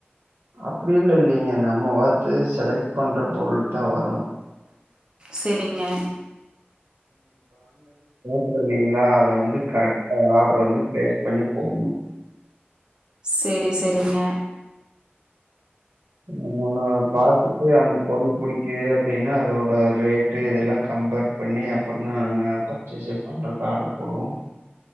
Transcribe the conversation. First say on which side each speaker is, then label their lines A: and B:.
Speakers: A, on the right; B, on the right.
A: அப்டியெல்லா இல்லைங்க. நம்ம பாத்து செலக்ட் பண்ற பொருள் தான் வரும்
B: செரிங்க
A: இல்லிங்க ல அத வந்து கரெக்டா அப்புறம் வந்து பிளேஸ் பண்ணி போண்ணும்
B: செரி செரிங்க
A: நம்ம ஒன்னு பாத்துட்டு அந்த பொருள் பிடிக்குது அப்படின்னா அதோட ரேட்டு இதெல்லாம் கம்பேர் பண்ணி அப்புறம் தான் நாங்க பர்ச்சேஸ் பண்றது ஆர்டர் போடுவோம்